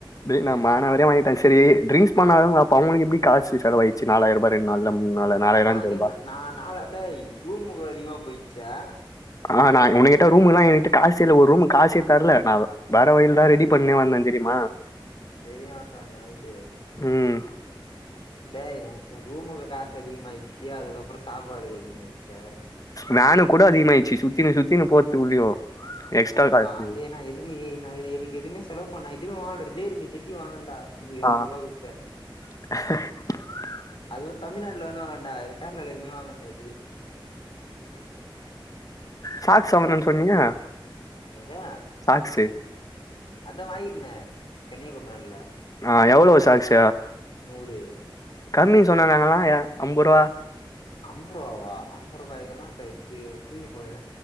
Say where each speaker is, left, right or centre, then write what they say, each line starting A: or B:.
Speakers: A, on the left; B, on the left.
A: டேய் நா மானாவாரியா வாங்கிட்டே செரி ட்ரிங்க்ஸ் பண்ணாதவங்ளுக்கு அப் ப அவங்களுக்கு எப்டி காசு செலாவாயிட்ச்சு நாலாயர்ரூபா ரெண்டு நாள்ல மூணு நாள்ல நாலாயிரோ
B: நாங்க
A: அஞ்சாயிரூபா
B: என்ன நா நாலா எதேய் ரூமுக்கு அதிகமா போய் ச்சா
A: ஆ நா உன்னகிட்ட ரூமுக்கெல்லா என்கிட்ட காசே இல்ல ஒரு ரூம்க்கு காசே தர்ல நா வேற வழிலதா ரெடி பண்ணி வந்தே தெரியுமா
B: பெரிய ஆட்டோ அங்க நைட்டு
A: ம்
B: டேய் ம் இந்த ரூமுக்கு காசு அதிகமாயிட்ச்சு அதுக்கப்பறோ சாப்பாடுக்கு அதிகமாயிட்ச்சு
A: வேனுக்கு கூட அதிகமாயிட்ச்சு சுத்தினு சுத்தினு போறதுக்குள்ளயு எக்ஸ்ட்ரா
B: ஆமா
A: காசு
B: டேய் நா எதுமே ஏய் நா எனுக்கு எதுவுமே செலவு பண்ல நா எதுமே வாங்கல ரெண்டே ரெண்டு ஜட்டி வாங்குனன்டா ம் எரநூர்ரூவா
A: ஆ
B: குடுத்து
A: <inaudible>
B: அதுவு தமிழ்நாடுல வந்து வாங்குனன்டா கேரளால எதுமே வாங்கலடா டேய்
A: சாக் ஸா வர்லன் சொன்னிங்க
B: என்னது
A: சாக்ஸு
B: அதா வாங்கிட்னே கன்னியாகுமாரில
A: ஆ எவ்ளோ சாக்ஸ
B: நூறு
A: கம்மி சொன்னாங்க அங்கல்லா எ அம்பருவா
B: அம் அம்பர் ரூவயா அம்பர் ரூவாய்க்கு எல்லா டை ஏ கிங்கி போகுது